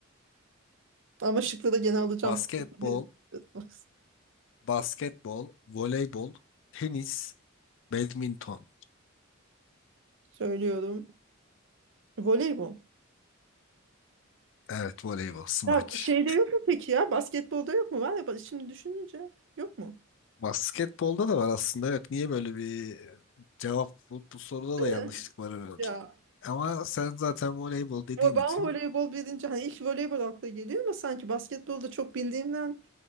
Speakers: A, on the right; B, on the left.
A: Ama şıkları da gene alacağım
B: Basketbol,
A: tabii. <laughs> Bak,
B: basketbol, voleybol, tenis, badminton.
A: söylüyorum. Voleybol.
B: Evet voleybol, smaç.
A: Ya şeyde yok mu peki ya? Basketbolda yok mu? Var ya bak şimdi düşününce yok mu?
B: Basketbolda da var aslında. Evet niye böyle bir cevap bu, bu soruda
A: Değil
B: da yanlışlık
A: mi?
B: var herhalde.
A: Ya
B: Ama sen zaten voleybol dediğin
A: o ben
B: için
A: voleybol bilince hani ilk voleybol akla geliyor ama sanki basketbolda çok bildiğimden